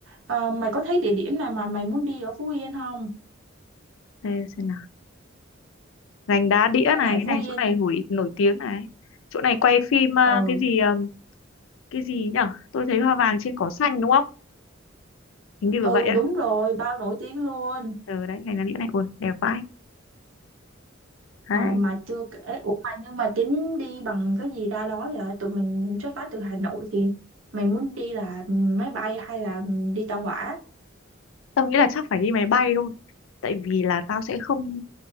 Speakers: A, on the right (about 80°); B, on the left (about 75°).
A: Ờ, mày có thấy địa điểm nào mà mày muốn đi ở Phú Yên không?
B: thế xem nào. gành đá đĩa
A: Với
B: này
A: lại
B: cái
A: Phú
B: này
A: Yên
B: chỗ này nổi nổi tiếng này chỗ này quay phim à,
A: ừ
B: cái gì ừm, cái gì nhở tôi thấy hoa vàng trên cỏ xanh đúng không hình như là
A: ừ
B: vậy ạ
A: đúng rồi, bao nổi tiếng luôn.
B: ừ, đấy gành đá đĩa này ôi đẹp vãi đấy
A: À, mà chưa kể Ủa mà nhưng mà tính đi bằng cái gì ra đó vậy tụi mình xuất phát từ Hà Nội thì mày muốn đi là máy bay hay là đi tàu hỏa
B: tao nghĩ là chắc phải đi máy bay thôi tại vì là tao sẽ không